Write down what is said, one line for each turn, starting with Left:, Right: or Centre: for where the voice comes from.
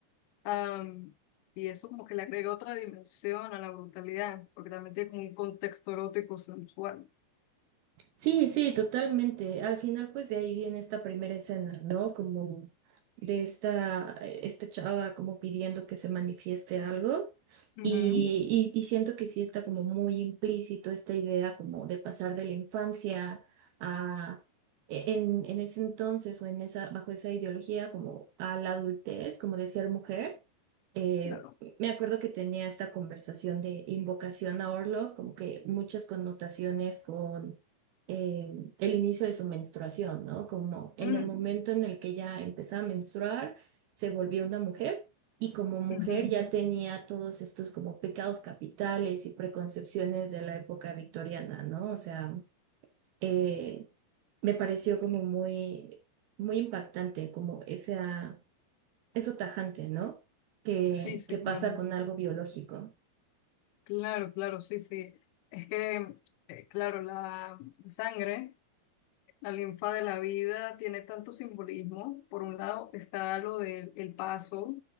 Left: Am, y eso como que le agrega otra dimensión a la brutalidad, porque también tiene como un contexto erótico sensual.
Right: Sí, sí, totalmente. Al final, pues de ahí viene esta primera escena, ¿no? Como de esta, eh, esta chava como pidiendo que se manifieste algo.
Left: Ujú,
Right: Y, y, y siento que sí está como muy implícito esta idea como de pasar de la infancia a, e, en, en ese entonces o en esa, bajo esa ideología como a la adultez, como de ser mujer. Eh,
Left: Claro.
Right: me acuerdo que tenía esta conversación de invocación a Orlo, como que muchas connotaciones con eh, el inicio de su menstruación, ¿no? Como en
Left: Mm.
Right: el momento en el que ella empezó a menstruar, se volvió una mujer y como mujer
Left: Ujú.
Right: ya tenía todos estos como pecados capitales y preconcepciones de la época victoriana, ¿no? O sea, eh, me pareció como muy, muy impactante, como esa, eso tajante, ¿no? Que,
Left: Sí, sí,
Right: que pasa
Left: claro.
Right: con algo biológico.
Left: Claro, claro, sí, sí. Es que, eh, claro, la sangre, la linfa de la vida tiene tanto simbolismo. Por un lado está lo del el paso